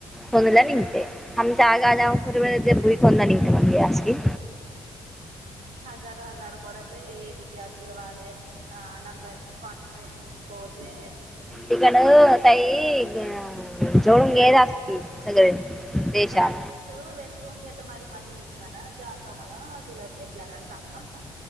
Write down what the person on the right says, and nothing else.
हजार हजार पडते एक एक ग्यास दवाले अ नलबई फार्ट फाव डडेस पते
चहाडीस वेच पून घेत मारी माझी मी म्हणा जात म्हणा तुला भटला का सांग म्हणता